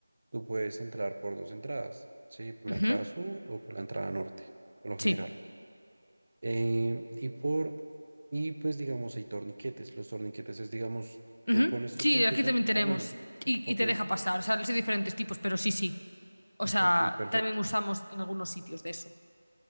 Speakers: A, on the right; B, on the left.
A: tú puedes entrar por dos entradas, ¿sí? Por
B: Ujú.
A: la entrada sur o por la entrada norte, por lo
B: Sí.
A: general. Eh, y por, y pues digamos, hay torniquetes. Los torniquetes es, digamos,
B: Ujú.
A: tú pones tu
B: Sí,
A: tarjeta.
B: aquí también tenemos.
A: Ah, bueno,
B: Y,
A: ok,
B: y te deja pasar. O sea, hay diferentes tipos, pero sí, sí. O sea,
A: ok, perfecto.
B: también usamos en algunos sitios de eso.